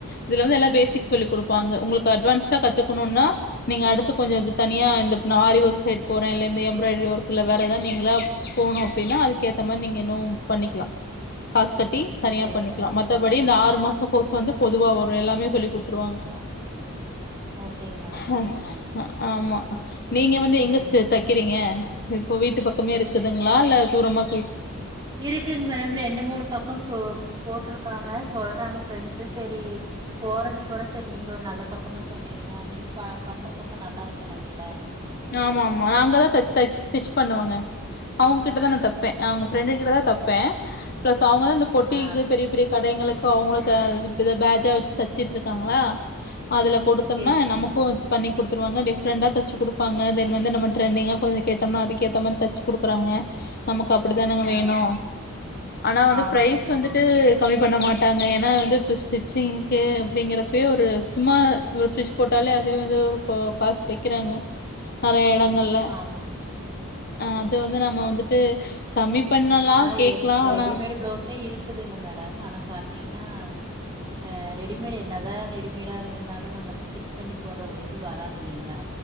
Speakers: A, on the left (about 45°); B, on the right (about 20°).
A: இதுல வந்து எல்லா பேசிக்ஸ் சொல்லிக் கொடுப்பாங்க உங்களுக்கு அட்வான்ஸா கத்துக்கணுனா நீங்க அடுத்து கொஞ்சோ தனியா இந்த ஆரி ஒர்க் சைட் போற இல்ல இந்த எம்ராய்டரி ஒர்க் இல்ல வேற ஏதாது நீங்களா போகணு அப்டின்னா அதுக்கேத்த மாரி நீங்க இன்னு பண்ணிக்கலா காசு கட்டி தனியா
B: அப்படியாங்க
A: பண்ணிக்கலா
B: மேடம்?
A: மத்தபடி
B: ஆ.
A: இந்த ஆறு மாஸ் கோர்ஸ் வந்து பொதுவா வரு எல்லாமே சொல்லி் கொடு த்ருவாங்
B: ஓ ஓகேங்க மேடம்,
A: ஹா
B: ஓகேங்க மேடம்.
A: ஆமா நீங்க
B: ம்.
A: வந்து எங்க
B: ம்.
A: சிஸ்டர் தக்கறீங்க ப்பவீட்டு பக் மே இருக்குதுங்களா இல்ல தூரமாக
B: இருக்குங்க மேட ரே ரெண்டு மூணு பக்கம் போட்டிருக்காங்க சொல்றாங்க ஃப்ரெண்ட்ஸ் சரி போறது போற சரி நீங்க ஒரு நல்ல பக்கமா சொன்னீங்கன்னா நீங்க பண்ற பக்கம் நல்லா இருக்குண்ணாங்கள
A: ஆமா ஆமா அங்கதான் த த ஸ்டிச் பண்ணுவாங்க அவங்க கிட்டதான் நான் தப்பேன் அவங்க ஃப்ரெண்டு கிட்ட தான் தப்பேன் பிளஸ் அவங்க இந்த பொட்டிக்கு
B: ஆ
A: பெரிய பெரிய கடைகளுக்கு கு அவங்களுக்கு இது பேஜா வச்சு தச்சட்டு இருக்காங்களா அதுல கொடுத்தோம்னா
B: சேரிங்க
A: நமக்கு
B: மேடம்
A: இது பண்ணி குடுத் த்துருவங்க டிஃரெண்டா தச்சு குடு ப்பாங்க தென் வந்து திரெண்டிங்க கொஞ்ச கேட்டம்னா அதுக்ஏத்த மாரி தச்சு குடுக்குறாங்க நமக் அப்டி தானுங்க வேணு
B: ஆ
A: ஆனா வந்து
B: ஆமாங்க
A: ப்ரைஸ்
B: மேடம்
A: வந்துடு
B: ஆமாங்க மேடம்
A: கம்மி பண்ண மாட்ட ட்டாங்க ஏன்னா வந்து இப்போ ஸ்டிச்சிங்க்கு அப்டிங்கறப்பேயே ஒரு சும்மா ஒரு ஸ்டிச் போட்டாலே அதுவே வந்து ஒரு காஸ்ட் வைக்கிறாங்க நெறய எட கல்ல
B: ஆமாங்க ஆமாங்க
A: அது
B: மேடம்
A: வந்து நம்ம வந்துட்டு கம்மி பண்ணலா
B: ஆனா
A: கேக்லா
B: என்னு இப்ப
A: ஆனா
B: ரெடிமேடு ஃப்ளவுஸே இருக்கு இருக்குதுங்க மேடம் ஆனா பாத்தீங்கன்னாஹ ரெடிமேடு என்னதா ரெடிமேடாக இருந்தாலும் நம்ம அந் ஸ்டிச் பண்ணி போடுற ஒரு இது வராது இல்லைங்களா